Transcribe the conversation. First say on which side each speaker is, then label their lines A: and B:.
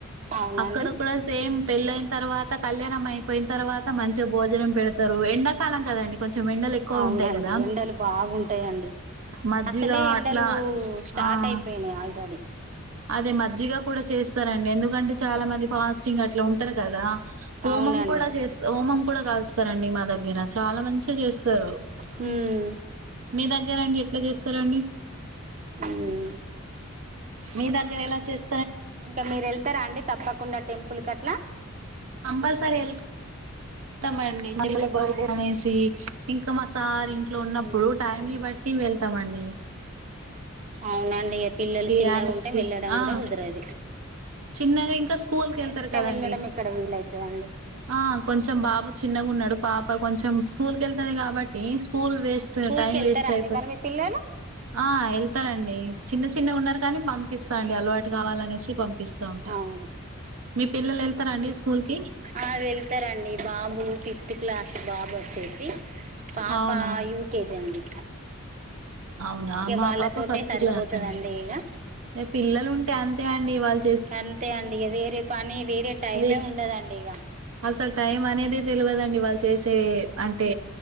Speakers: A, on the right; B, on the right.
A: అవునండి
B: ఇక్కడ కూడా సేమ్ పెళ్ళి అయిన తర్వాత కళ్యాణం అయిపోయిన తర్వాత మంచిగ భోజనం పెడుతరు. ఎండాకాలం కదండి! కొంచెం ఎండలు ఎక్కువ
A: అవునండి
B: ఉంటయి కదా!
A: ఎండలు బాగుంటాయండి
B: మజ్జిగ
A: అసలే ఎండలు
B: అట్లా
A: స్టార్ట్
B: ఆఁ
A: అయిపోయినాయి ఆల్రెడీ
B: అదే మజ్జిగ కూడ చేస్తరండి ఎందుకంటే చాల మం ది ఫాస్టింగ్ అట్ల ఉంటరు కదా! హోమం
A: అవునండి
B: కూడ చేస్ హోమం కూడ కాలుస్తరండి మా దగ్గర. చాలా మంచిగ చేస్తరు.
A: హ్మ్
B: మీ దగ్గరండి ఎట్ల చేస్తరండి?
A: హ్మ్
B: మీ దగ్గర ఎలా చేస్
A: ఇంక మీరు ఎళ్తరా అండి తప్పకుండా టెంపుల్ కట్లా?
B: కంపల్సరి ఎల్ తమండి <unintelligible> అనేసి ఇంక మా సార్ ఇంట్లో ఉన్నప్పుడు
A: హ్మ్
B: టైంని బట్టి వెళ్తమండి.
A: అవునండి ఇగ పిల్లలు చిన్నగుంటే
B: యాన్యువల్స్‌కి
A: వెళ్ళడం
B: ఆ!
A: గూడ కుదరది.
B: చిన్నగా ఇంక స్కూల్కి ఎళ్తరు కదండి!
A: వెళ్ళడం ఎక్కడ వీలవుతుందండి
B: ఆ కొంచెం బాబు చిన్నగున్నడు, పాప కొంచెం స్కూల్కెళ్తది కాబట్టీ స్కూల్ వేస్ట్
A: స్కూల్
B: టైమ్
A: కి వెళ్తారా
B: వేస్ట్
A: అండి
B: అయిపోతే
A: మరి మీ పిల్లలు
B: ఆ ఎళ్తానండి చిన్న చిన్న ఉన్నరు కాని పంపిస్తా అండి అలవాటు కావాలనేసి పంపిస్తావుంట.
A: అవును
B: మీ పిల్లలు ఎళ్తరా అండి స్కూల్ కి?
A: ఆ వెళ్తరండి బాబు ఫిఫ్త్ క్లాస్ బాబు వచ్చేసి, పాప
B: అవునా?
A: యూ కే జీ అండి.
B: అవునా
A: ఇక
B: మా
A: వాళ్ళతోటే
B: పాప ఫస్ట్
A: సరిపోతుందండి
B: క్లాస్ అండి.
A: ఇక
B: ఇగ పిల్లలు ఉంటే అంతే అండి వాళ్
A: అంతే అండి ఇగ వేరే పని వేరే టైమే
B: వే
A: ఉండదండి ఇగ
B: అసలు టైం అనేది తెల్వదండి వాళ్ చేసే అంటే